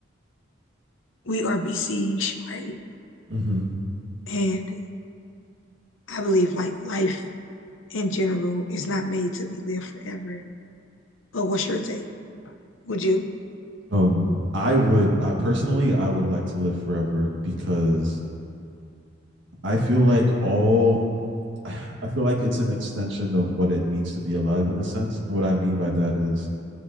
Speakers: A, on the left; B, on the right.
A: we are besieged, right?
B: hmm
A: And I believe like life in general is not made to be lived forever. But what's your take? Would you?
B: Um, I would, I personally, I would like to live forever because I feel like all <sighs> I feel like it's an extension of what it means to be alive in a sense. And what I mean by that is